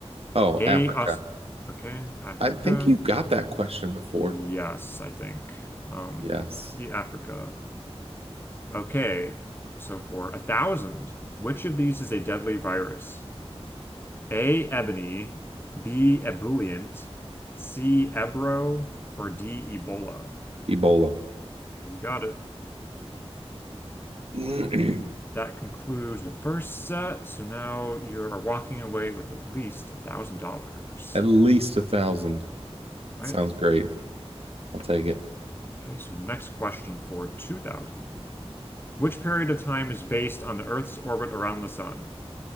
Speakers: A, on the right; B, on the left.
A: Oh,
B: A,
A: Africa.
B: Aus- okay, Africa.
A: I think you got that question before.
B: Yes, I think. Um,
A: Yes.
B: see Africa. Okay, so for a thousand, which of these is a deadly virus? A. Ebony, B. Ebullient, C. Ebro, or D. Ebola?
A: Ebola.
B: You got it.
A: <clears throat>
B: That concludes the first set. So now you are walking away with at least a thousand dollars.
A: At least a thousand.
B: Right?
A: Sounds great. I'll take it.
B: Okay, so next question for 2000. Which period of time is based on the Earth's orbit around the sun?